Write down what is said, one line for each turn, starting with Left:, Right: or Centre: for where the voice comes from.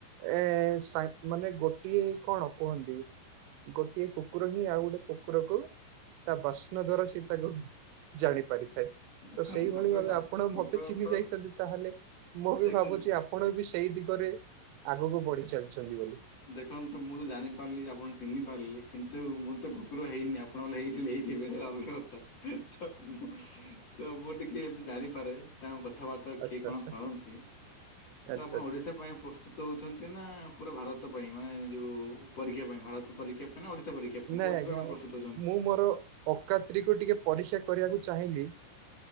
Right: ଏ ସା ମାନେ ଗୋଟିଏ କଣ କୁହନ୍ତି? ଗୋଟିଏ କୁକୁର ହିଁ ଆଉ ଗୋଟେ କୁକୁରକୁ ତା ବାସ୍ନା ଦ୍ଵାରା ସେ ତାକୁ ଜାଣି ପାରିଥାଏ।
Left: ଦେଖନ୍ତୁ
Right: ତ ସେଇଭଳି
Left: କୁକୁର
Right: ଭାବେ
Left: ତ
Right: ଆପଣ
Left: କୁକୁର
Right: ମତେ ଚିହ୍ନି
Left: ତ
Right: ଯାଇଛନ୍ତି, ତାହେଲେ ମୁଁ ବି
Left: ଦେଖନ୍ତୁ
Right: ଭାବୁଛି ଆପଣ ବି ସେଇ ଦିଗ ରେ ଆଗକୁ ବଢି ଚାଲିଛନ୍ତି ବୋଲି।
Left: ଦେନ୍ତୁ ମୁଁ ତ ଜାଣିପାରିଲି ଯେ ଆପଣ ଚିହ୍ନିପାରିଲେ, କିନ୍ତୁ ମୁଁ ତ କୁକୁର ହେଇନି ଆପଣ ନ ହେଇଥିଲେ ହେଇଥିବେ, ହେତ ଅଲଗା କଥା ତ ମୁଁ ତ ମୁଁ ଟିକେ କିଏ ଏମିତି ଜାଣିପାରେ, ତାଙ୍କ କଥାବାର୍ତ୍ତାାରେ
Right: ଆଚ୍ଛା
Left: କିଏ କଣ
Right: ଆଚ୍ଛା
Left: କରନ୍ତି? ତ
Right: ଆଚ୍ଛା
Left: ଆପଣ
Right: ଆଚ୍ଛା
Left: ଓଡିଶା ପାଇଁ ପ୍ରସ୍ତୁତ ହଉଛନ୍ତି ନା ପୁରା ଭାର ରତ ପାଇଁ ମାନେ ଯୋଉ ପରୀକ୍ଷା ପାଇଁ ଭାରତ ପରୀକ୍ଷା ପାଇଁ ନା ଓଡ଼ିଶା ପରୀକ୍ଷା ପାଇଁ
Right: ନାଇଁ
Left: କେଉଁଥିପାଇଁ
Right: ଆଜ୍ଞା
Left: ଆପଣ ପ୍ରସ୍ତୁତ ହେଉଛନ୍ତି
Right: ମୁଁ ମୋର ଅକାତ୍ରିକୁ ଟିକେ ପରୀସ୍ୟା କରିବାକୁ ଚାହିଁଲି।
Left: ଁ